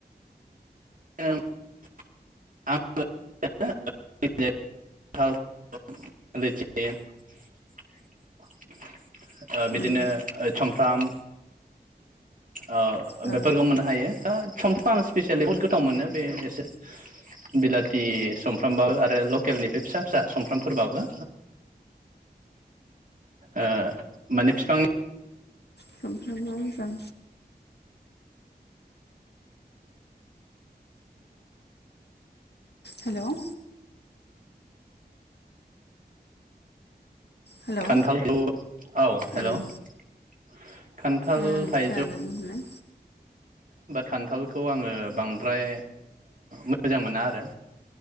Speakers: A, on the right (about 55°); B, on the left (about 80°).
A: <inaudible> <inaudible> ओ बिदिनो
B: उम
A: ओ सम थाम ओ
B: औ
A: बेफोरखौ मोननो हायो सुमफ्रामखौ आं स्पिसियेलि बहुद गोथाव मोनो बे एसे बिलाथि सुमफ्रामबाबो आरो लकेलनि बे फिसा फिसा सुमफ्रामफोरबाबो ओ माने फिफांनि
B: समफ्रामा मोजां हेल' हेलौ
A: खान्थालखौ औ हेल'
B: उम
A: <inaudible> खान्थाल
B: उम
A: थाइजौ
B: खोनादों बुंलाय
A: खान्थालखौ आङो ओ बांद्राय मोजां मोना आरो